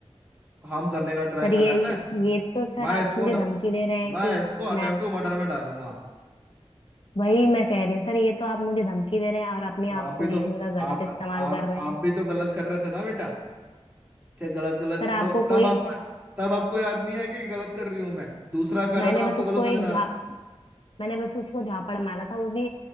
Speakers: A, on the right (about 15°); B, on the left (about 50°).
A: हार्म करने का ट्राई
B: सर
A: करा
B: ये
A: है ना
B: ये तो सर
A: मैं
B: आप
A: इसको
B: मुझे
A: ड-
B: धमकी दे रहे हैं
A: मैं
B: कि
A: इसको
B: मैं
A: अटेम्प्ट टू मर्डर में डालूंगा
B: वही मैं कह रही हूँ सर ये तो आप मुझे धमकी दे रहे हैं और अपनी
A: तो
B: आप
A: आप भी
B: पोजीशन
A: तो
B: का
A: आप
B: गलत इस्तेमाल
A: आप
B: कर रहे हैं
A: आप भी तो गलत कर रहे थे ना बेटा क्या गलत गलत
B: सर आपको
A: तब तब
B: कोई
A: आपको तब आपको याद नहीं आया कि गलत कर रही हूं मैं दूसरा कर
B: मैंने
A: रहा तो आपको
B: बस उसको
A: गलत नजर
B: एक
A: आ
B: झा
A: रहा है
B: मैंने बस उसको झापड़ मारा था वो भी